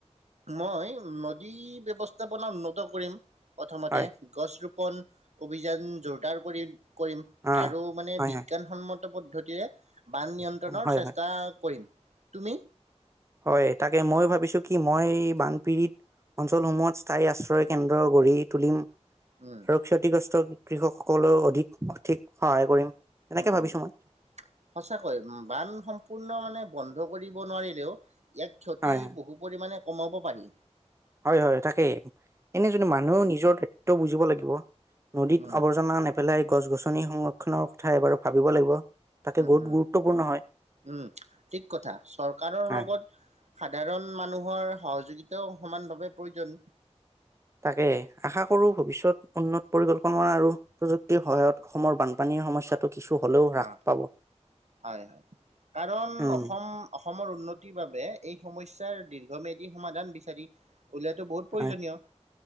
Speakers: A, on the right (about 75°); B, on the right (about 25°).
A: মই নদী ব্যৱস্থাপনা উন্নত কৰিম। প্ৰথমতে
B: হয়
A: গছ ৰুপ কল <unintelligible> অভিযান জোৰদাৰ কৰি-কৰিম
B: অ
A: আৰু মানে
B: হয়
A: বিজ্ঞানসন্মত পদ্ধতিৰে। বান নিয়ন্ত্ৰণৰ
B: হয় হয়
A: চেষ্টা
B: হয়
A: কৰিম। তুমি?
B: হয়, তাকে ময়ো ভাবিছো কি? মই বানপীড়িত অঞ্চলসমূহত স্থায়ী আশ্ৰয় কেন্দ্ৰ গঢ়ি তুলিম।
A: উম,
B: আৰু ক্ষতিগ্ৰস্ত কৃষকসকলেও অধিক সঠিক সহায় কৰিম। তেনেকে
A: উম', -
B: ভাবিছো
A: উম',
B: মই
A: সঁচাকৈ বান সম্পূৰ্ণ মানে বন্ধ কৰিব নোৱাৰি হেল্ল', ইয়াত ক্ষতি
B: হয় হয়
A: বহু পৰিমাণে কমাব পাৰি।
B: হয়, হয় তাকেই এনে য মানুহে নিজৰ দায়িত্ব বুজিব লাগিব। নদীত
A: উম,
B: আৱৰ্জনা নেপেলাই গছ, গছনি আঁনি সংৰক্ষণৰ কথা এবাৰ ভাবিব লাগিব। তাকে
A: উম,
B: বহুত
A: উম,
B: গুৰুত্বপূৰ্ণ হয়
A: উম, ঠিক কথা চৰকাৰৰ
B: হয়।
A: লগত সাধাৰণ মানুহৰ সহযোগিতাও সমানভাৱে প্ৰয়োজন।
B: তাকে আশা কৰো ভৱিষ্যত উন্নত পৰিকল্পনা আৰু প্ৰযুক্তিৰ সহায়ত অসমৰ বানপানীৰ সমস্যাটো কিছু হ'লেও হ্ৰাস
A: অ,
B: পাব
A: হয়, হয়। কাৰণ
B: উম
A: অসম-অসমৰ উন্নতিৰ বাবে এই সমস্যাৰ দীৰ্ঘমেধী সমাধান বিচাৰি উলিয়াটো বহুত প্ৰয়োজনীয়
B: হ